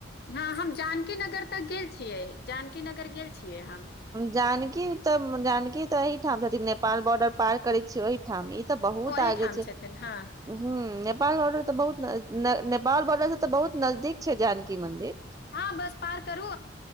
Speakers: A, on the left; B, on the right.
A: हँ हम जानकी नगर तक गेल छियै जानकी नगर गेल छियै हम
B: जानकी तऽ जानकी तऽ एहिहिठाम नेपाल बॉर्डर पार करै छीिय ओहिठाम तऽ बहुत
A: ओहीठाम
B: आगे छै
A: छथिन हँ
B: ह नेपाल बॉर्डर तऽ बहुत नेपाल बॉर्डर से तऽ बहुत नजदीक छै जानकी मंदिर
A: हँ बस पार करू